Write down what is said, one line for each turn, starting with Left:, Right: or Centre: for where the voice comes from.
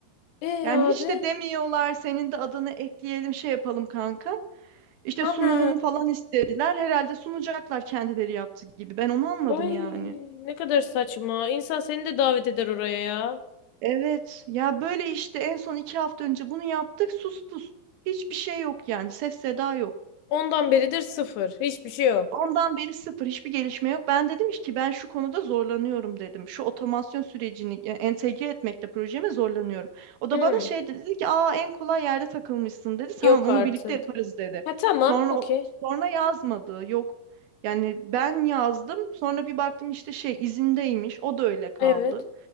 Left: Ee
Right: Yani
Left: abi.
Right: hiç de demiyorlar senin de adını ekleyelim şey yapalım kanka. İşte
Left: Ana.
Right: sunumumu falan istediler. Herhalde sunacaklar kendileri yaptı gibi. Ben onu anladım
Left: Ay
Right: yani.
Left: ne kadar saçma. İnsan seni de davet eder oraya ya.
Right: Evet ya böyle işte en son iki hafta önce bunu yaptık sus pus. Hiçbir şey yok yani ses seda yok.
Left: Ondan beridir sıfır. Hiçbir şey yok.
Right: Ondan beri sıfır hiçbir gelişme yok. Ben dedim ki ben şu konuda zorlanıyorum dedim. Şu otomasyon sürecini e, entegre etmekte projeme zorlanıyorum. O
Left: Hmm.
Right: da bana şey dedi, dedi ki aa en kolay yerde takılmışsın dedi. Tamam
Left: Yok
Right: onu
Left: artık.
Right: birlikte yaparız dedi.
Left: Ha tamam.
Right: Sonra
Left: Okey.
Right: o- sonra yazmadı. Yok. Yani ben yazdım. Sonra bir baktım işte şey izindeymiş. O da öyle kaldı.
Left: Evet.